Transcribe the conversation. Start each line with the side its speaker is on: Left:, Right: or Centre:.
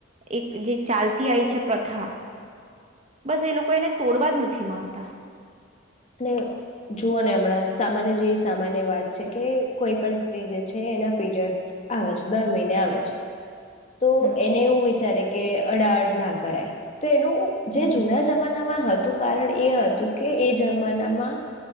Right: એક જે ચાલતી આવી છે પ્રથા બસ એ લોકો એને તોડવા જ નથી માંગતા
Left: અને જુઓ ને હમણાં સામાન્ય જેવી સામાન્ય વાત છે, કે કોઈ પણ સ્ત્રી જે છે એના પીરિયડસ આવે છે, દર મહિને આવે છે તો
Right: હમ
Left: એને એવું વિચારે કે અડાઅડ ના કરાય તો એનું જે
Right: હમ
Left: જુના જમાનામાં હતું કારણ એ હતું કે જમાનામાં